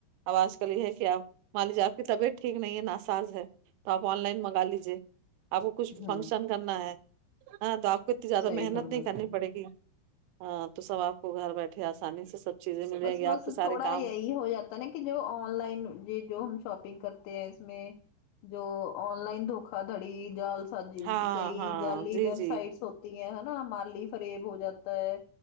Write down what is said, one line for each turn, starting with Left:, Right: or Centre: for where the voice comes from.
Right: اب آج کل یہ ہے کہ آپ مان لیجیے آپ کی طبیعت ٹھیک نہیں ہے ناساز ہے تو آپ آن لائن منگا لیجے کچھ
Left: ہ
Right: فنکشن کرنا ہے ہاں تو آپ کو اتنی زیادہ
Left: صحیح
Right: محنت
Left: فرمایا
Right: نہیں کرنی
Left: آپ
Right: پڑے
Left: نے
Right: گی ہاں تو سب آپ کو گھر بیٹھے آسانی سے سب چیزیں مل جائے
Left: بس
Right: گی
Left: بس
Right: آپ کے سارے
Left: تھوڑا
Right: کام
Left: یہی ہو جاتا نا کہ جو آن لائن یہ جو ہم شاپنگ کرتے ہیں اس میں جو آن لائن دھوکا دڑی جال سازی
Right: ہاں
Left: کئی
Right: ہاں
Left: جالی
Right: جی
Left: ویب
Right: جی
Left: سائٹس ہو ہیں نا مالی فریب ہو جاتا ہے